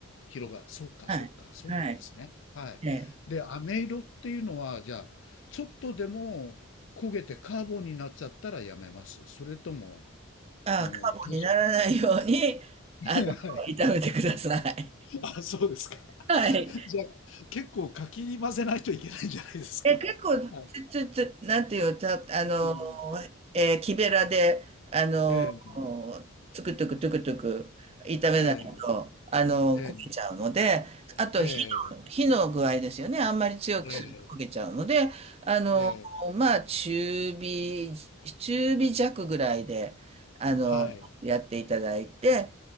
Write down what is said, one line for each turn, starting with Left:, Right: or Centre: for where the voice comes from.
Left: 広が、そうかそうか、
Right: はい。
Left: そうなんですね。
Right: はい。
Left: はい。
Right: ええ。
Left: で、飴色っていうのは、じゃあ、ちょっとでも焦げてカーボンになっちゃったらやめます。それとも、
Right: ああ、
Left: あの、
Right: カーボンにならないように、
Left: 多少 <laughs>
Right: あの、
Left: はい
Right: 炒めてください。
Left: あ、そうですか。
Right: はい。
Left: <laughs> じゃあ、結構かき混ぜないといけないんじゃないですか。
Right: え、結構、
Left: <laughs> はい。
Right: つ、つ、つ、なんていう、た、あの、
Left: うん
Right: えー木べらで、あの、
Left: ええ、
Right: つくつくつくつく炒めないと、
Left: ええ、
Right: あの、
Left: ええ、
Right: 焦げちゃうので、あと火の、
Left: ええ、
Right: 火の具合ですよね。あんまり強くすると焦げちゃうので、
Left: え
Right: あの、
Left: え、ええ、
Right: まあ、中火、中火弱ぐらいで、あの、
Left: はい、
Right: やっていただいて、